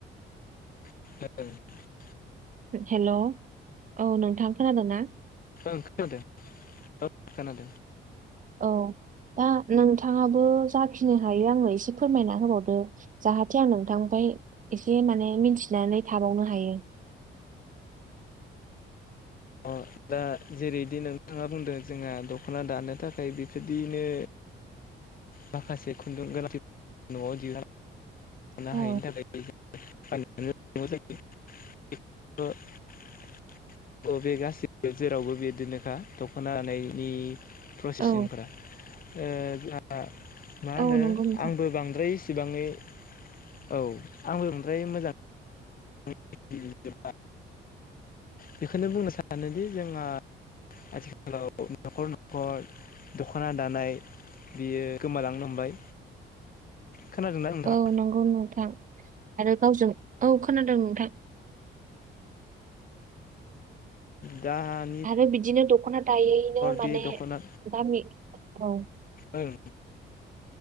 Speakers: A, on the left; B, on the right.
A: <unintelligible>
B: हेल' औ नोंथां खोनादों ना?
A: ओं खोनादों औ खोनादों
B: औ दा नोंथाङाबो जाखिनि हायो आङो एसे फोरमायना होबावदो जाहाथे आं नोंथांफाय एसे माने मिथिनानै थाबावनो हायो।
A: अ दा जेरैदि नोंथाङा बुंदों जोंहा दख'ना दानो थाखाय बेबायदिनो माखासे खुन्दुं गोलाथि न'आव दिहुन <unintelligible> अ
B: औ
A: बे गास जेरावबो बिदिनोखा दख'नानायनि प्रसेसिंफोरा
B: औ
A: ओ जोहा मा होनो
B: औ नंगौ नोंथां
A: आंबो बांद्राय इसिबाङै औ आंबो बांद्राय मोजां <unintelligible> बेखौनो बुंनो सानोदि जोंहा आथिखालाव न'खर न'खर दख'ना दानाय बियो गोमालांनो हमबाय खोनादोंना? नोंथाङा
B: औ नंगौ नोंथां आरो गावजों औ खोनादों नोंथां।
A: दा
B: आरो बिदिनो दख'ना दायैनो माने
A: बे दख'ना
B: गामि औ
A: ओं